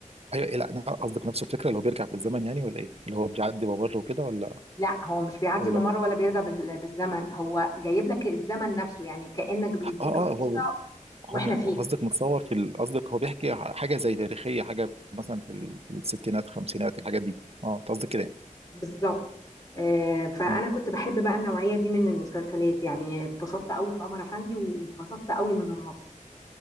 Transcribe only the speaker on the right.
ايوه إيه، لا انا قصدك نفس الفكره اللي هو بيرجع بالزمن يعني ولا ايه اللي هو بيعدي ممر وكده ولا
ولا
اه
اه هو
هو م-
قصدك متصور في ال- قصدك هو بيحكي ع- حاجة زي تاريخية حاجة مثلا في ال- في الستينات خمسينات الحاجات دي اه انت قصدك كده يعني
آه،